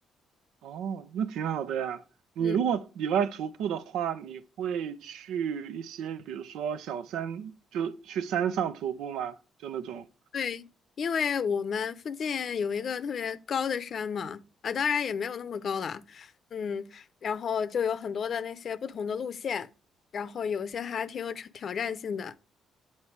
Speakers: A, on the right; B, on the left.
A: 哦，那挺好的呀。你如果野外徒步的话，
B: 嗯，
A: 你会去一些，比如说小山，就去山上徒步吗？就那种。
B: 对，因为我们附近有一个特别高的山嘛，啊，当然也没有那么高啦。嗯，然后就有很多的那些不同的路线，然后有些还挺有挑挑战性的。